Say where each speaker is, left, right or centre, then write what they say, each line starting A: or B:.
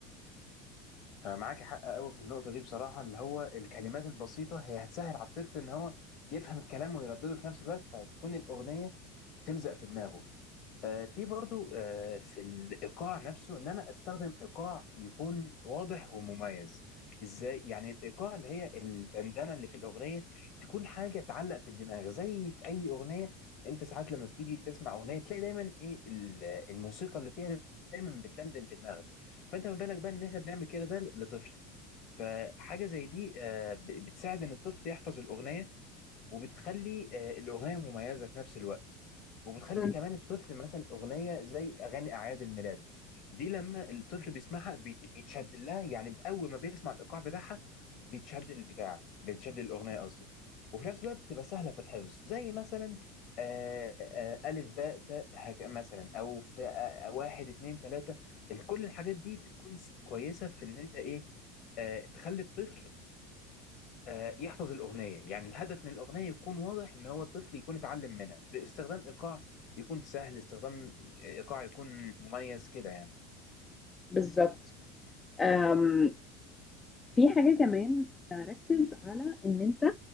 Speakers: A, on the left; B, on the left.
A: أنا معاك حق قوي في النقطة دي بصراحة اللي هو الكلمات البسيطة هي هتسهل على الطفل إن هو يفهم الكلام ويردده في نفس الوقت فتكون الأغنية تلزق في دماغه آه، في برضو آه، في الايقاع نفسه ان انا استخدم ايقاع يكون واضح ومميز ازاي يعني الايقاع اللي هي الدندنه اللي في الاغنيه تكون حاجه تعلق في الدماغ زي في اي اغنيه انت ساعات لما بتيجي تسمع اغنيه تلاقي دايما ايه ال- الموسيقى اللي فيها دايما بتدندن في دماغك فانت ما بالك بقى ان احنا بنعمل كده ده لطفل فحاجه زي دي آه، ب- بتساعد ان الطفل يحفظ الاغنيه وبتخلي آه، الاغنيه مميزه في نفس الوقت وبتخلي
B: مم.
A: كمان الطفل مثلا اغنيه زي اغاني اعياد الميلاد دي لما الطفل بيسمعها بيت- بيتشد لها يعني باول ما بيسمع الايقاع بتاعها بيتشد البتاع بيتشد الاغنيه قصدي وفي نفس الوقت بتبقى سهله في الحفظ زي مثلا آه، آه، الف باء تاء هك- مثلا او في آه، آه، واحد اتنين تلاته كل الحاجات دي بتكون س- كويسه في ان انت ايه آه، تخلي الطفل آه، يحفظ الأغنية يعني الهدف من الأغنية يكون واضح إن هو الطفل يكون اتعلم منها باستخدام إيقاع يكون سهل استخدام إيقاع يكون مميز كده يعني
B: بالظبط أم، في حاجة كمان آه، ركز على ان انت